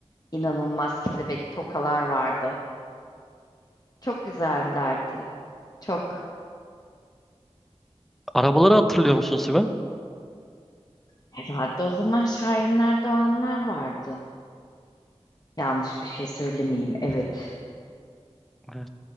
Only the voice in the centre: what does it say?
Arabaları hatırlıyor musun Sibel?
Evet.